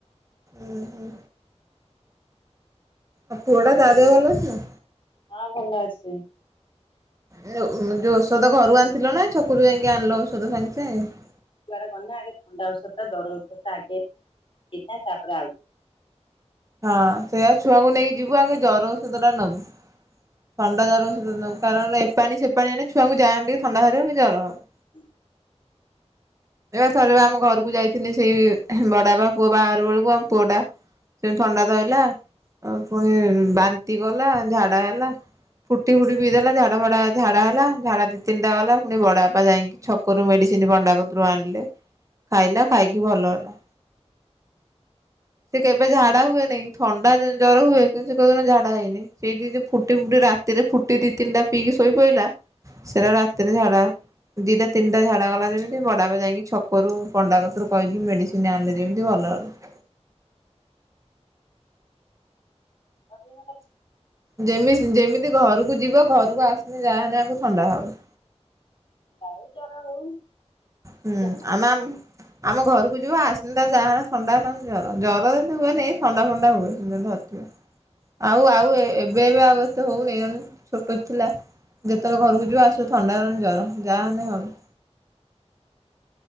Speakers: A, on the right (about 30°); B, on the left (about 45°).
A: ଉଁ ହୁଁ। ଆଉ ପୁଅଟା ତା ଦେହ ଭଲ ଅଛି?
B: ହଁ ଭଲ ଅଛି।
A: ଏ ଯୋଉ ଉଁ ଯୋଉ ଔଷଧ ଘରୁ ଆଣିଥିଲ ନା, ଛକୁରୁ ଯାଇକି ଆଣିଲ ଔଷଧ ସାଙ୍ଗେ ସାଙ୍ଗେ?
B: କୁଆଡ଼େ ଗଲା ଆଗେ ଥଣ୍ଡା ଔଷଧ ଟା ଧରେ ଔଷଧ ଟା ଆଗେ ହେଇଥାଏ। ତାପରେ ଆଉ
A: ହଁ ସେଇଆ ଛୁଆଙ୍କୁ ନେଇିକଯିବୁ ଆଗେ ଜର ଔଷଧ ଟା ନବୁ। ଥଣ୍ଡା ଜର ଔଷଧ ନବୁ କାରଣ ଏପାଣି ସେ ପାଣି ଏଇନା ଛୁଆଙ୍କୁ ଯାହା ହେଲେବି ଥଣ୍ଡା ଧରିବ କି ଜର ହବ।
B: ହୁଁ।
A: ଏଇବା ଥରେ ବା ଆମ ଘରକୁ ଯାଇଥିନି ସେ ବଡବାପା ପୁଅ ବାହାଘର ବେଳକୁ ଆମ ପୁଅଟା ସେମିତି ଥଣ୍ଡା ଧଇଲା ଆଉ ପୁଣି ବାନ୍ତି କଲା, ଝାଡା ହେଲା। ଫୁଟି ଫୁଟି ପିଇ ଦେଲା ଝାଡା ଫାଡା ଝାଡା ହେଲା ଝାଡା ଦି ତିନିଟା ଗଲା ଫୁଣି ବଡାବାପା ଯାଇକି ଛକରୁ ମେଡିସିନ ପଣ୍ଡା କତିରୁ ଆଣିଲେ ଖାଇଲା ଖାଇକି ଭଲ ହେଲା। ସେ କେବେ ଝାଢା ହୁଏନିଁ ଥଣ୍ଡା ଜର ହୁଏ କିନ୍ତୁ ସେ କେଉଦିନ ଝାଢା ହେଇନି। ସେଇଠି ଯୋଉ ଫୁଟି ଫୁଟି ରାତିରେ ଫୁଟି ଦି ତିନିାଟା ପିଇକି ଶୋଇ ପଇଲା ସେଟା ରାତିରେ ଝାଡା। ଦିଇଟା ତିନିଟା ଝାଡ଼ା ଗଲା ଯେମିତି ବଡାବାପା ଯାଇକି ଛକରୁ ପଣ୍ଡା କତିରୁ କହିକି ମେଡ଼ିସିନ ଆଣିଲେ ଯେମିତି ଭଲ ହେଲା।
B: <unintelligible>
A: ଯେମିତି ଯେମିତି ଘରକୁ ଯିବ ଘରକୁ ଆସିଲେ ଯାହାହେଲେ ୟାଙ୍କୁ ଥଣ୍ଡା ହବ।
B: ଦାଉ ଜର ହଉ।
A: ହୁଁ
B: ଯାହା
A: ଆମେ ଆମ ଆମ ଘରକୁ ଯିବ ଆସିନେ ତାକୁ ଯାହା ହେଲେ ଥଣ୍ଡା ନହେଲେ ଜର ଜର ଏମିତି ହୁଏନି ଥଣ୍ଡା ଫଣ୍ଡା ହୁଏ। ଆଉ ଆଉ ଏ ଏବେ ଏବେ ଆଉ ଏତେ ହଉନି ନହେଲେ ଛୋଟ ଥିଲା ଯେତେବେଳେ ଘରକୁ ଯିବ ଆସିବ ଥଣ୍ଡା ନହେଲେ ଜ୍ୱର ଯାହାହେଲେ ହେବ।